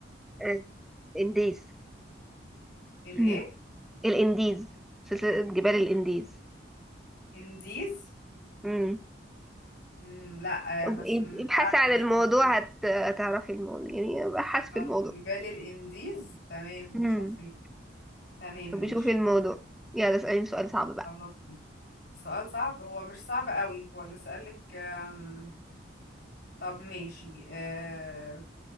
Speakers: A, in the centre; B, on the left.
A: أه، انديز <clears throat>
B: الإيه
A: مم. الانديز سلسلة جبال الانديز
B: إنديز
A: مم.
B: مم لا
A: اب-
B: آه، بس مش
A: ابحثي
B: عارفة
A: عن
B: مش
A: الموضوع
B: فاكرة
A: هت... هتعرفي الموضوع يعني ابحث
B: خلاص،
A: في الموضوع
B: جبال الإنديز تمام
A: امم
B: نشوف ال... تمام ماشي
A: طب شوفي الموضوع يلا اسأليني سؤال صعب بقى
B: خلاص ماشي سؤال صعب هو مش صعب قوي هو اللي سألك آم، طب ماشي أه...